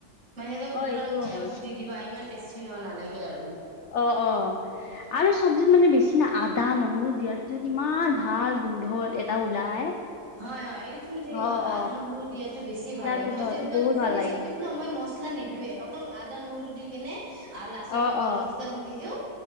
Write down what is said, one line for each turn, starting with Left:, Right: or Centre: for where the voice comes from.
Right: মানে
Left: অ'
Right: গুড়া
Left: এইটো
Right: মছলাবোৰ
Left: হয়
Right: দি দিবা ইমান টেষ্টি ন নালাগে আৰু
Left: অ', অ', আৰু চব্জিত মানে বেছি না আদা নহৰু দিয়াৰ পিছত ইমান ভাল গোন্ধ এটা ওলাই
Right: হয় হয় এইটো তুমি থাকে
Left: অ
Right: কলা,
Left: অ
Right: আদা নহৰু দিয়াতটো বেছি ভাল
Left: তাৰ পিছত
Right: মই তেনেকুৱা
Left: বহুত
Right: কণী
Left: ভাল লাগে
Right: চব্জিত ন' মই মছলা নিদিওঁয়েই অকল আদা নহৰু দি কেনে আৰু লাষ্টত
Left: অ
Right: অলপ গৰম
Left: অ
Right: মছলাটো দি দিওঁ।